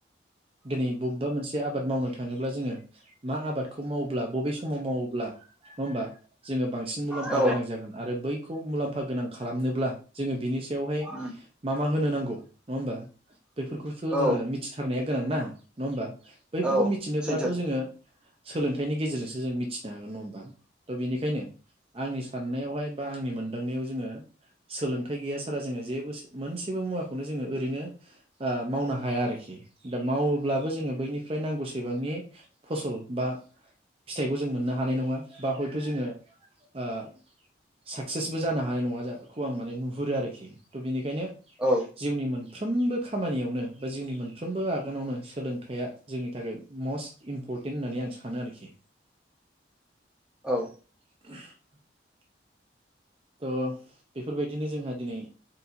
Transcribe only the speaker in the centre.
औ
उम
औ
औ
सैथो
औ
औ